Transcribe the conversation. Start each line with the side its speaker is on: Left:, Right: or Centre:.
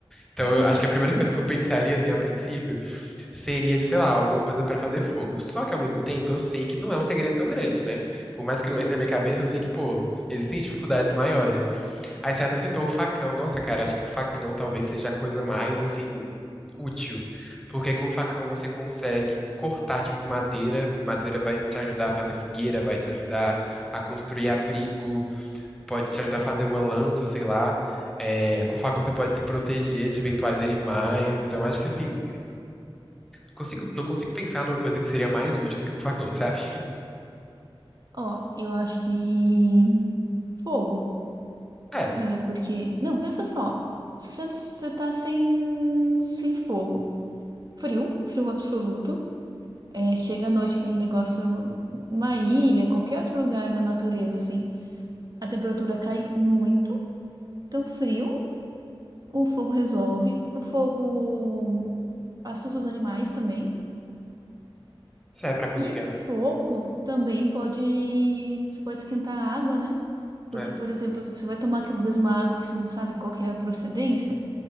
Centre: Então,
Right: <laughs>
Centre: eu acho que a primeira coisa que eu pensaria, assim, a princípio, seria, sei lá, alguma coisa pra fazer fogo. Só que, ao mesmo tempo, eu sei que não é um segredo tão grande, né? Por mais que não entre na minha cabeça, eu sei que, pô, existem dificuldades maiores. Aí você até citou o facão. Nossa, cara, eu acho que o facão talvez seja a coisa mais, assim, útil. Porque com o facão você consegue cortar, tipo, madeira. Madeira vai te ajudar a fazer fogueira, vai te ajudar a construir abrigo pode te ajudar a fazer uma lança, sei lá. É, com o facão você pode se proteger de eventuais animais. Então, acho que assim, consigo, não consigo pensar numa coisa que seria mais útil do que um facão, sabe?
Right: Ó, eu acho que fogo,
Centre: É,
Right: cara, porque. Não, pensa só. Se você você tá sem, sem fogo. Frio, frio absoluto. É, chega à noite aquele negócio, uma ilha, qualquer outro lugar na natureza, assim, a temperatura cai muito, então frio, o fogo resolve, o fogo hum, assusta os animais também,
Centre: serve pra cozinhar.
Right: e fogo também pode, você pode esquentar a água, né? Porque,
Centre: É,
Right: por exemplo, você vai tomar, às vezes, uma água que você não sabe qual que é a procedência,